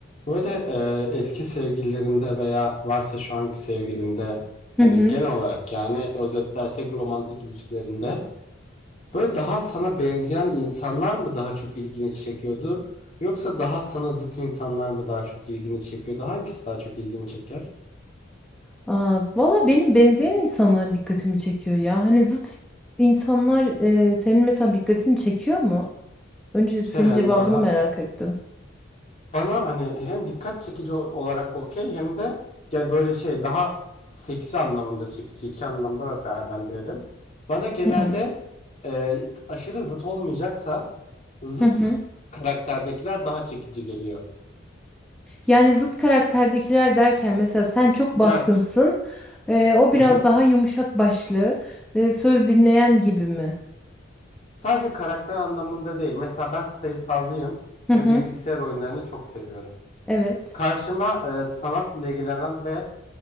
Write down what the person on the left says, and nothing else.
Böyle e, eski sevgililerinde veya varsa şu anki sevgilinde
hani
genel olarak yani özetlersek romantik ilişkilerinde böyle daha sana benzeyen insanlar mı daha çok ilgini çekiyordu yoksa daha sana zıt insanlar mı daha çok ilgini çekiyordu? Hangisi daha çok ilgini çeker?
Şey
yani
daha
bana hani hem dikkat çekici o- olarak okey hem de gel böyle şey daha seksi anlamında çekici iki anlamda da değerlendirelim. Bana genelde
e, aşırı zıt olmayacaksa zıt
karakterdekiler daha çekici geliyor.
Yani,
hı hı.
Sadece karakter anlamında değil. Mesela ben sayısalcıyım
ve bilgisayar oyunlarını çok seviyorum.
Karşıma e, sanatla ilgilenen ve